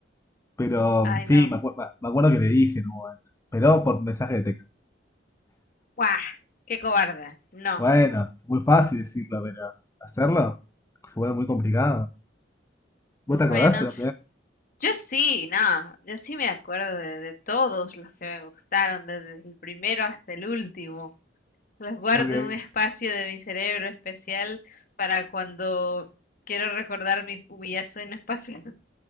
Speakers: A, on the left (about 15°); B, on the left (about 50°).
A: Pero
B: Ay,
A: sí,
B: no.
A: me, acuer- me acuerdo que le dije en un momento, pero por mensaje de texto.
B: ¡Guau! ¡Qué cobarde! No.
A: Bueno, muy fácil decirlo, pero hacerlo se vuelve muy complicado. ¿Vos te acordaste?
B: Menos.
A: la primera-
B: Yo sí, no, yo sí me acuerdo de, de todos los que me gustaron, desde el primero hasta el último. Los guardo
A: Ok.
B: en un espacio de mi cerebro especial para cuando quiero recordar mis humillaciones pasadas. <laughs>